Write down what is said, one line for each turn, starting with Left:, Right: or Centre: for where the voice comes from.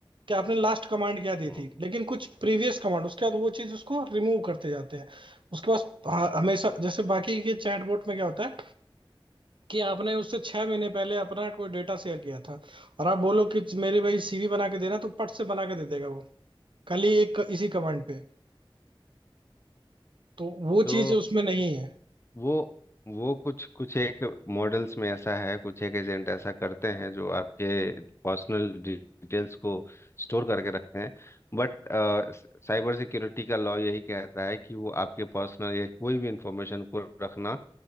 Right: कि आपने लास्ट कमांड क्या दी
Left: हम्म
Right: थी लेकिन कुछ प्रीवियस कमांड उसके बाद वो चीज उसको रिमूव करते जाते हैं उसके पास हाँ, हमेशा जैसे बाकी के चैटबॉट में क्या होता है कि आपने उससे छह महीने पहले अपना कोई डेटा शेयर किया था और आप बोलो कि मेरे भाई सीवी बना के देना तो पट से बना के दे देगा वो खाली एक इसी कमांड पे तो वो
Left: तो
Right: चीज उसमें नहीं है
Left: वो वो कुछ कुछ एक मॉडल्स में ऐसा है कुछ एक एजेंट ऐसा करते हैं जो आपके पर्सनल डिटेल्स को स्टोर करके रखते हैं बट साइबर सिक्योरिटी का लॉ यही कहता है कि वो आपके पर्सनल या कोई भी इंफॉर्मेशन को रखना